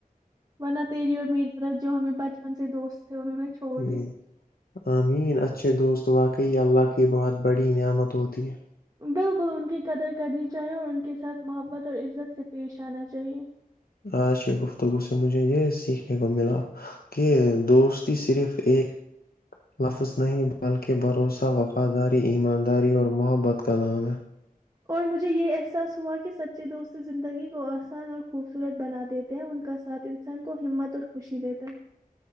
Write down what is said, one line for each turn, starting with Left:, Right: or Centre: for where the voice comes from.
Right: ون تری اور میری طرف جو ہمیں بچ مے دوست تھے انہوں نے چھوڑ
Left: ج
Right: دیا
Left: مین اچھ دوست و واقعی کہی اللہ کی بہت بڑی نعمت ہوتی ہے
Right: بالکل ان کی قدر کرنی چاہیے اور ان کے ساتھ محبت اور عزت سے پیش آنا چاہیے
Left: آج گفتگو س سےے مجھے یہ سیکھ کو ملا کہ دوستی صرف ایک لفظ نہیں بلکہ بھروسہ وفاداری ایمانداری اور محبت کا نام ہے
Right: اور مجھے یہ احساس ہوا کہ سچے دوست زندگی کو آسان اور خوبصورت بنا دیتے ہیں ان کا ساتھ انسان کو ہمت اور خوشی دیتا ہے